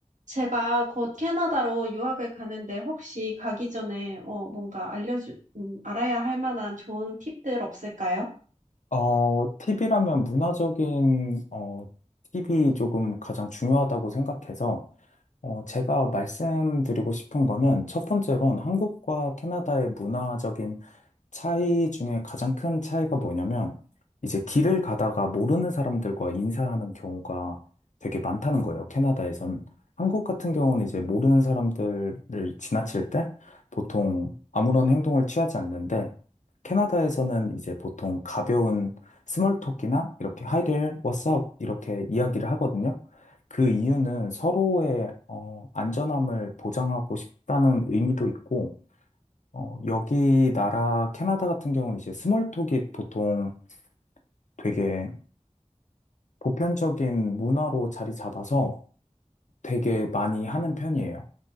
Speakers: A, on the right (about 80°); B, on the left (about 75°).
A: 제가 곧 캐나다로 유학을 가는데 혹시 가기 전에 어, 뭔가 알려주, 음, 알아야 할 만한 좋은 팁들 없을까요?
B: 어, 팁이라면 문화적인, 어, 팁이 조금 가장 중요하다고 생각해서, 어, 제가 말씀드리고 싶은 거는 첫 번째로는 한국과 캐나다의 문화적인 차이 중에 가장 큰 차이가 뭐냐면, 이제 길을 가다가 모르는 사람들과 인사하는 경우가 되게 많다는 거예요, 캐나다에선. 한국 같은 경우는 이제 모르는 사람들을 지나칠 때 보통 아무런 행동을 취하지 않는데, 캐나다에서는 이제 보통 가벼운 스몰톡이나 이렇게 Hi there, what's up? 이렇게 이야기를 하거든요. 그 이유는 서로의 어, 안전함을 보장하고 싶다는 의미도 있고, 어, 여기 나라 캐나다 같은 경우는 이제 스몰톡이 보통 되게 보편적인 문화로 자리 잡아서 되게 많이 하는 편이에요.